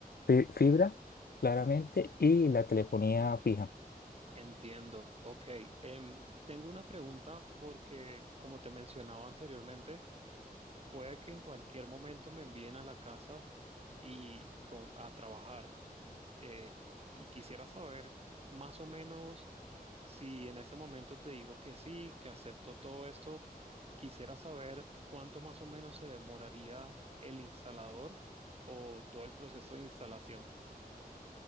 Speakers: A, on the left; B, on the right.
A: fi- fibra, claramente, y la telefonía fija.
B: entiendo. Ok, em, tengo una pregunta porque, como te mencionaba anteriormente, puede que en cualquier momento me envíen a la casa y con, a trabajar. eh, y quisiera saber más o menos si en ese momento te digo que sí, que acepto todo esto, quisiera saber cuánto más o menos se demoraría el instalador o todo el proceso de instalación.